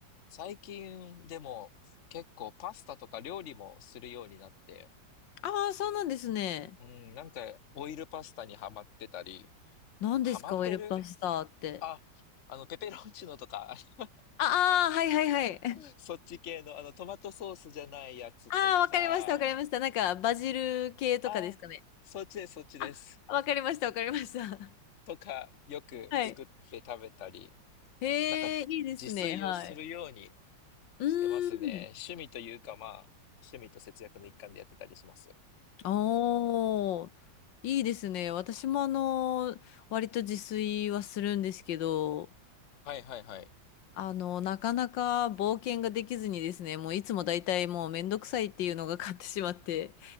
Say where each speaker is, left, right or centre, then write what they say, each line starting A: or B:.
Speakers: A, on the left; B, on the left.
A: 最近でも結構パスタとか料理もするようになって、
B: ああ、そうなんですね。
A: うん、なんかオイルパスタにハマってたり、
B: 何ですか、
A: ハマってる
B: オイルパスタって。
A: あ、あのペペロンチーノとか、<laughs> あの
B: ああ、はいはいはい。
A: そっち系のあのトマトソースじゃないやつとか、
B: <laughs> ああ、わかりました、わかりました。なんか、バジル系とかですかね。
A: あ、そっちです、そっちです。
B: あ、わかりました、わかりました。
A: とか、よく作って食べたり、
B: <laughs> はい。へえ、
A: なんか自炊をするように
B: いいですね。はい。うーん。
A: してますね。趣味というか、まあ、趣味と節約の一環でやってたりします。
B: おー、いいですね。私もあの、割と自炊はするんですけど、
A: はいはいはい。
B: あの、なかなか冒険ができずにですね、もういつも大体もうめんどくさいっていうのが勝ってしまって、